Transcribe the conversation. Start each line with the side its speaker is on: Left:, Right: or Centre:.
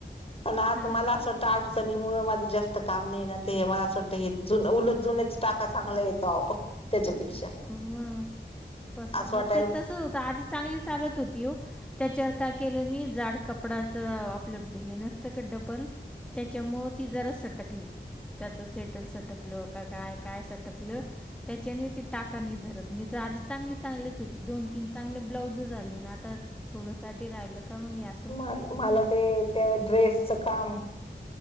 Left: पण आता
Centre: हां
Left: मला असं वाट त अडचणी मुळ माझं जास्त काम नाय ना ते मला असं वाटतंय हे जुनंच उलट जुनच टाका चांगला येतो अहो. त्याच्यापेक्षा
Centre: मग बसा
Left: असं
Centre: मग
Left: वाट
Centre: ते तसंच होतं आधी चांगली चालत होती ओ त्याच्यावर काय केलं मी जाड कपडाच आपलं बे नसतं का डबल त्याच्यामुळं ती जरा सटकली. त्याचं सेटल सटकलं का काय काय सटकलं त्याच्याने ति टाका नीट धरत नाही तर आधी चांगली चालत होती दोन तीन चांगले ब्लाउज झालेन आता थोडं साठी राहिलं का मग या
Left: म मला ते त्या ड्रेसचं काम